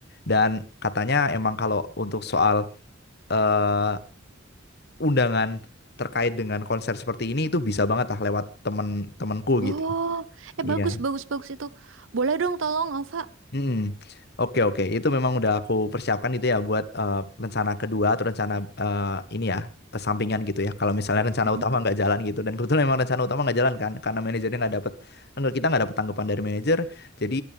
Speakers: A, on the left; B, on the right.
A: Dan katanya emang kalau untuk soal eh, undangan terkait dengan konser seperti ini itu bisa banget lah lewat temen temanku
B: Oh,
A: gitu.
B: eh
A: Iya.
B: bagus bagus bagus itu. Boleh dong tolong Ova.
A: Mm-mm. Oke oke, itu memang udah aku persiapkan gitu ya buat eh, rencana kedua atau rencana eh, ini ya sampingan gitu ya. Kalau misalnya rencana
B: mm-mm,
A: utama nggak jalan gitu, dan kebetulan memang rencana utama nggak jalan kan, karena manajernya nggak dapet, enggak kita nggak dapet tanggapan dari manajer. Jadi